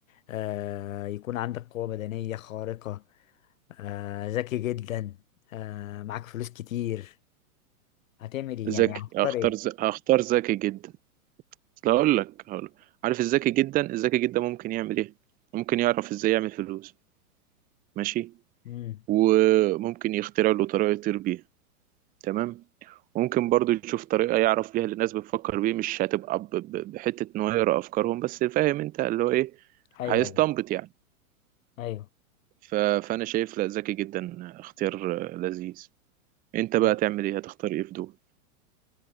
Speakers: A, on the left (about 65°); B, on the right (about 20°).
A: آه يكون عندك قوه بدنيه خارقه آه ذكي جدا آه معاك فلوس كتير هتعمل ايه
B: ذكي
A: يعني هتختار
B: هختار
A: ايه
B: ز... هختار ذكي جدا اصل هقول لك هقول عارف الذكي جدا الذكي جدا ممكن يعمل ايه ممكن يعرف ازاي يعمل فلوس ماشي
A: امم
B: وممكن يخترع له طريقة يطير بيها تمام ممكن برضو يشوف طريقة يعرف بيها اللي الناس بتفكر بيه مش هتبقى ب... ب... بحتة ان هو يقرا افكارهم بس فاهم انت اللي هو ايه
A: ايوه
B: هيستنبط
A: ايوه
B: يعني
A: ايوه
B: ف... فانا شايف لا ذكي جدا اختيار لذيذ انت بقى
A: هو-
B: تعمل ايه هتختار ايه في دول